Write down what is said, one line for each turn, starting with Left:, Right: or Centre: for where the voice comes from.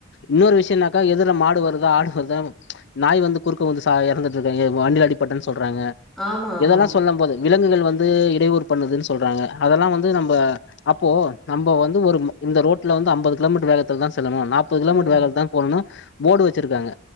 Left: இன்னோரு விஷயோனாக்கா எதுர்ல மாடு வருதா ஆடு வருதா நாய் வந்து குறுக்க வந்து சாய் இறந்துட்டு இருக்காங்க வண்டில அடிப்பட்டுன் சொல்றாங்க
Centre: ஆமா, ஆமாம்.
Left: இதெல்லா சொல்லு போது விலங்குகள் வந்து இடையூறு பண்ணுதுன்னு சொல்றாங்க அதெல்லா வந்து நம்ப அப்போ நம்ப வந்து ஒரு இந்த ரோட்ல வந்து அம்பது கிலோமீட்டர் வேகத்துல தா செல்லணு நாப் முப்பது கிலோ
Centre: ம்.
Left: மீட்டர் வேக தா போனு போர்டு வச்சிருக்காங்க